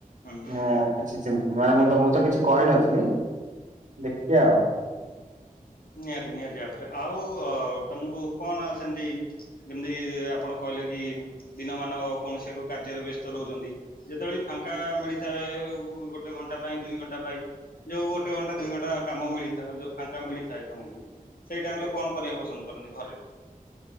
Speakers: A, on the left; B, on the right.
A: ହୁଁ
B: ଉଁ। କିଛି ମାନେ ମୁଁ ତ ମୁଁ ତ କିଛି କହିନଥିଲି ଦେଖି ଆଉ।
A: ନିହାତି ନିହାତି ଭାବରେ ଆଉ ତମକୁ କଣ ସେମିତି ଯେମିତି ଆପଣ କହିଲେ କି ଦିନମାନ କୌଣସି ଏକ କାର୍ଯ୍ୟରେ ବ୍ୟସ୍ତ ରହୁଛନ୍ତି। ଯେତେବେଳେ ଫାଙ୍କା ମିଳିଥାଏ ଗୋଟେ ଘଣ୍ଟା ପାଇଁ ଦୁଇ ଘଣ୍ଟା ପାଇଁ। ଯୋଉ ଗୋଟେ ଘଣ୍ଟା ଦୁଇ ଘଣ୍ଟା କାମ ମିଳିଥା ଯୋଉ ଫାଙ୍କା ମିଳି ଥାଏ ତମକୁ ସେଇ ଟାଇମ ରେ କଣ କରିବାକୁ ପସନ୍ଦ କରନ୍ତି ଘରେ।